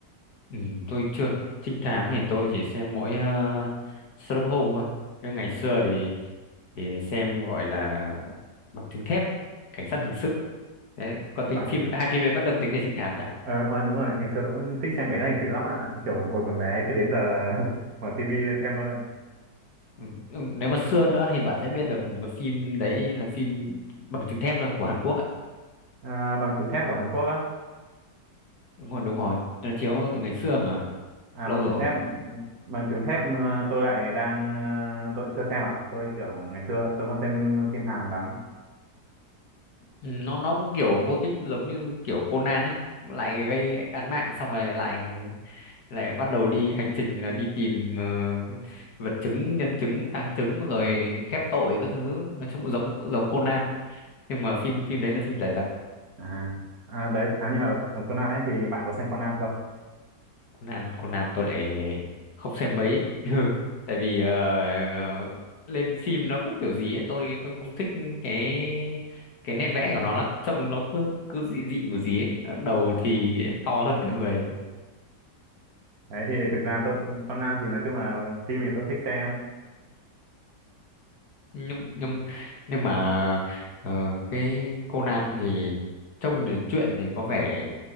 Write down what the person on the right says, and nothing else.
Uầy,
ờ ờ, đúng rồi ngày xưa tôi cũng thích xem cái đó hình sự lắm bạn ạ kiểu hồi còn bé cứ đến giờ là <laughs> mở tivi lên xem thôi
à, bằng chứng thép của Hàn Quốc á
À
bằng
chứng thép bằng chứng thép ờ, tôi lại đang ờ, tôi chưa xem bạn ạ. Tôi kiểu ngày xưa tôi không xem phim Hàn lắm.
À, à đấy à, nhưng mà Co- Conan ấy thì bạn có xem Conan không?
Đấy thì thực ra tôi Conan thì nói chung là phim thì tôi cũng thích xem.